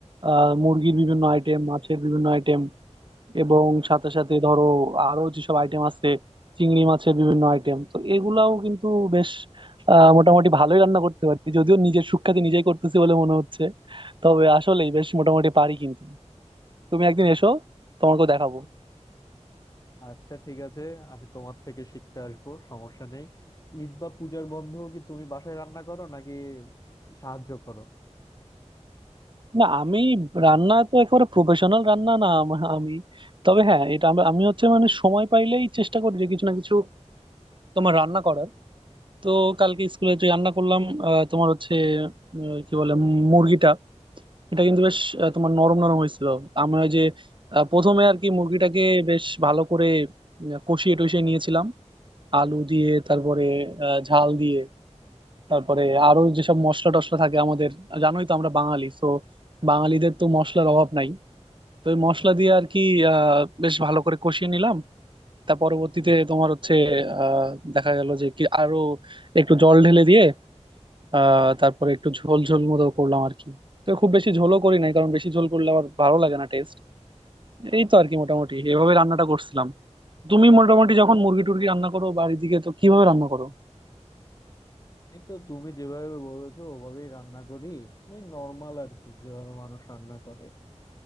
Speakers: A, on the right; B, on the left.
A: আহ মুরগির বিভিন্ন আইটেম মাছের বিভিন্ন আইটেম এবং সাথে সাথে ধরো আরো যেসব আইটেম আছে চিংড়ি মাছের বিভিন্ন আইটেম তো এগুলাও কিন্তু বেশ আহ, মোটামুটি ভালোই রান্না করতে পারি যদিও নিজের সুখ্যাতি নিজেই করতেছি বলে মনে হচ্ছে তবে আসলেই বেশ মোটামুটি পারি কিন্তু তুমি একদিন এসো তোমাকেও দেখাবো
B: আচ্ছা ঠিক আছে আমি তোমার থেকে শিখতে আসবো সমস্যা নেই ঈদ বা পূজার বন্ধও কি তুমি বাসায় রান্না করো নাকি সাহায্য করো
A: না আমি রান্না তো একেবারে প্রফেশনাল রান্না না আম- আমি তবে হ্যাঁ এটা আমি আমি হচ্ছে মানে সময় পাইলেই চেষ্টা করি যে কিছু না কিছু তোমার রান্না করার তো কালকে স্কুলে যে রান্না করলাম আহ, তোমার হচ্ছে আহ, কি বলে মুরগিটা এটা কিন্তু বেশ আহ, তোমার নরম নরম হয়েছিল আমি ওই যে আহ, প্রথমে আর কি মুরগিটাকে বেশ ভালো করে উম, কষিয়ে টষিয়ে নিয়েছিলাম আলু দিয়ে তারপরে আহ, ঝাল দিয়ে তারপরে আরো যেসব মশলা টশলা থাকে আমাদের জানোই তো আমরা বাঙালি তো বাঙালিদের তো মশলার অভাব নাই তো ওই মশলা দিয়ে আর কি আহ বেশ ভালো করে কষিয়ে নিলাম তার পরবর্তীতে তোমার হচ্ছে আহ দেখা গেল যে কি আরো একটু জল ঢেলে দিয়ে আহ তারপরে একটু ঝোল ঝোল মতো করলাম আর কি তো খুব বেশি ঝোলও করি নাই কারণ বেশি ঝোল করলে আবার ভালো লাগে না টেস্ট এই তো আর কি মোটামুটি এভাবে রান্নাটা করছিলাম তুমি মোটামুটি যখন মুরগি টুরগি রান্না করো বাড়ির দিকে তো কিভাবে রান্না করো
B: এই তো তুমি যেভাবে বলেছো ওভাবেই রান্না করি এই নর্মাল আর কি যেভাবে মানুষ রান্না করে